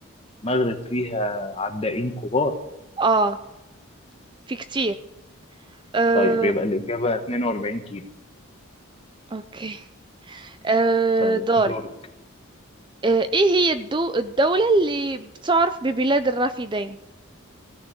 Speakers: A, on the left; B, on the right.
A: المغرب فيها عدائين كبار
B: اه في كتير آه
A: طيب يبقى الإجابة 42 كيلو
B: اوكي آه
A: طيب
B: دوري
A: دورك
B: آه ايه هي الدو الدولة اللي بتعرف ببلاد الرافدين